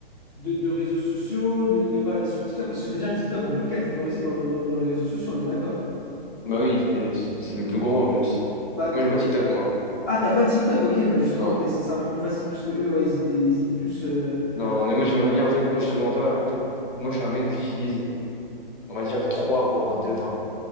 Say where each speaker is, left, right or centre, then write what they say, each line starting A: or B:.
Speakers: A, on the left; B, on the left.
A: de, de réseaux sociaux, de ne pas aller sur TikTok. Parce que déjà, TikTok, on peut le catégoriser dans, dans- dans les réseaux sociaux, on est d'accord.
B: Bah oui, c'est c'est le plus gros en plus.
A: Bah,
B: Moi, j'ai pas TikTok, moi.
A: ah, t'as pas de TikTok, ok, bah justement,
B: Non.
A: ok, c'est c'est un peu plus facile puisque eux, ouais, ils étaient, ils étaient tous. euh,
B: Non, mais moi, j'aimerais bien, en fait, moi, je te mens pas. En fait, moi, je suis un mec, j'utilise, on va dire, trois, voire deux.